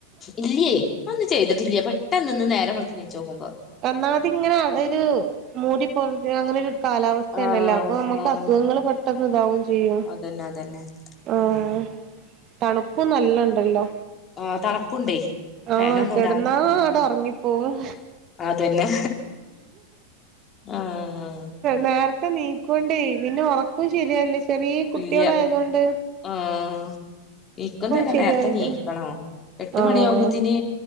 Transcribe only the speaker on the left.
ഇല്ല്യേ. അ ഒന്നും ചെയ്തിട്ടില്ല്യാ. പെട്ടെന്ന് ന്ന് നേരം വെൾത്ത് നീച്ചോക്കുമ്പം.
ആഹ്
ആഹ്
അതന്നെ അതന്നെ
ഉം
ആഹ് തണുപ്പുണ്ടേ ഫാനൊന്നും
ഇടാൻ പറ്റുന്നില്ല
അതന്നെ ആഹ്
ഇല്ല്യ ആഹ് ഇൻക്കും തന്നെ
നേരത്തെ നീക്കണം. എട്ട്
മണിയാവുമ്പോത്തിന്